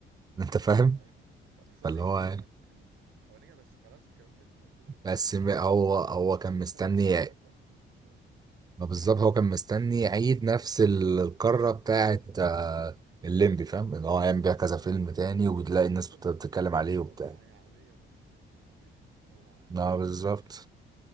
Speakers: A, on the right (about 20°); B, on the right (about 85°).
A: انت فاهم
B: أي. انت بس
A: فاللي
B: هو نجح
A: هو إيه؟
B: عامه يعني هو نجح بس خلاص الكلام ده في 2012
A: بس
B: باين
A: م- هو هو كان
B: هو تاتا
A: مستني
B: ده عمره دلوقتي هو ما حدش بيخش اصلا
A: ما بالظبط هو كان مستني يعيد نفس ال- القارة بتاعت
B: اي
A: آه، الليمبي فاهم ان هو هيعمل بيها كذا فيلم تاني وبتلاقي
B: ما هي عامه
A: الناس بت- بتتكلم عليه
B: هي
A: وبتاع
B: هو هي عاليه برضه هي عاليه هو
A: اه
B: يعني
A: بالظبط